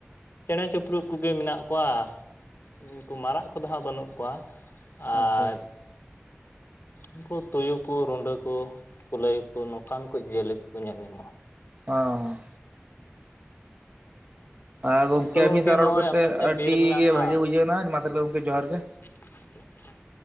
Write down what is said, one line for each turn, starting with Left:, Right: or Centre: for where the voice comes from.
Left: ᱪᱮᱬᱮ ᱪᱤᱯᱨᱩᱫ ᱠᱚᱜᱮ ᱢᱮᱱᱟᱜ ᱠᱚᱣᱟ ᱩᱱᱠᱩ ᱢᱟᱨᱟᱜ ᱠᱚᱫᱚ ᱦᱟᱸᱜ ᱵᱟᱹᱱᱩᱜ ᱠᱚᱣᱟ ᱟᱨ
Right: ᱟᱪᱪᱷᱟ
Left: ᱩᱱᱠᱩ ᱛᱩᱭᱩ ᱠᱚ ᱨᱩᱰᱟᱹ ᱠᱚ ᱠᱩᱞᱟᱹᱭ ᱠᱚ ᱱᱚᱝᱠᱟᱱᱠᱩ ᱡᱤᱭᱟᱹᱞᱤ ᱠᱚᱠᱚ ᱧᱮᱞ ᱧᱟᱢᱚᱜ-ᱟ᱾
Right: ᱦᱚᱸ ᱟᱨ ᱜᱚᱝᱠᱮ‌
Left: ᱛᱚ ᱜᱚᱝᱠᱮ
Right: ᱟᱹᱵᱤᱱ ᱥᱟᱶ
Left: ᱱᱚᱜᱼᱚᱭ
Right: ᱨᱚᱲ ᱠᱟᱛᱮᱫ
Left: ᱟᱯᱮ ᱥᱮᱫ
Right: ᱟᱹᱰᱤ
Left: ᱵᱤᱨ ᱢᱮᱱᱟᱜ
Right: ᱜᱮ
Left: ᱟᱠᱟᱜ
Right: ᱵᱷᱟᱜᱮ ᱵᱩᱡᱷᱟᱹᱣ ᱮᱱᱟ ᱢᱟ ᱛᱟᱦᱚᱞᱮ ᱜᱚᱢᱠᱮ ᱡᱚᱦᱟᱨ ᱜᱮ
Left: <unintelligible>